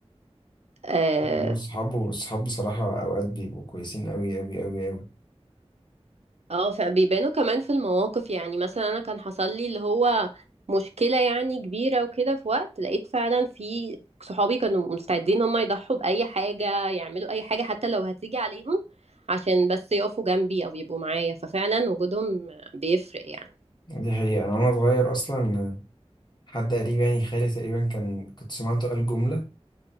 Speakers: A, on the right; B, on the left.
A: اه
B: انا اصحابه اصحاب بصراحه اوقات بيبقوا كويسين قوي قوي قوي قوي
A: آه، فبيبانوا كمان في المواقف يعني مثلا انا كان حصل لي اللي هو مشكلة يعني كبيرة وكده في وقت لقيت فعلا في صحابي كانوا مستعدين هم يضحوا بأي حاجة يعملوا أي حاجة حتى لو هتيجي عليهم عشان بس يقفوا جنبي أو يبقوا معايا ففعلا وجودهم بيفرق يعني
B: دي حقيقه انا وانا صغير اصلا حد قريب يعني خالي تقريبا كان كنت سمعته قال جمله